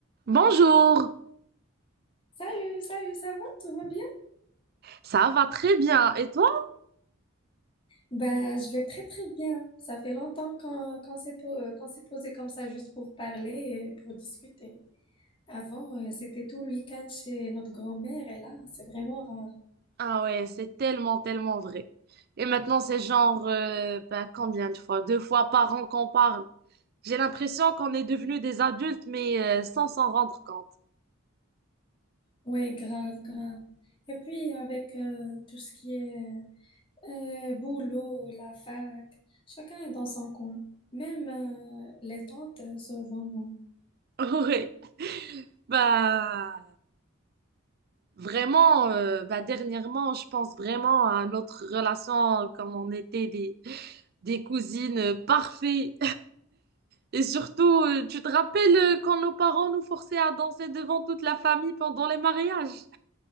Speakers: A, on the right (about 45°); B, on the left (about 25°).
A: Bonjour,
B: Salut, salut, ça va? Tout va bien?
A: ça va très bien. Et toi?
B: Ben, je vais très très bien. Ça fait longtemps qu'on qu'on s'est po- euh, qu'on s'est posé comme ça juste pour parler et pour discuter. Avant, euh, c'était tout le week-end chez notre grand-mère et là, c'est vraiment rare.
A: Ah ouais, c'est tellement, tellement vrai. Et maintenant, c'est genre, euh, ben, combien de fois? Deux fois par an qu'on parle. J'ai l'impression qu'on est devenus des adultes, mais euh, sans s'en rendre compte. <laughs>
B: Ouais, grave, grave. Et puis avec euh, tout ce qui est euh, boulot, la fac, chacun est dans son coin. Même euh, les tantes euh, se voient moins.
A: Ouais, bah vraiment, euh, bah, dernièrement, je pense vraiment à notre relation comme on était des, des cousines parfaites. Et surtout, euh, tu te rappelles euh, quand nos parents nous forçaient à danser devant toute la famille pendant les mariages?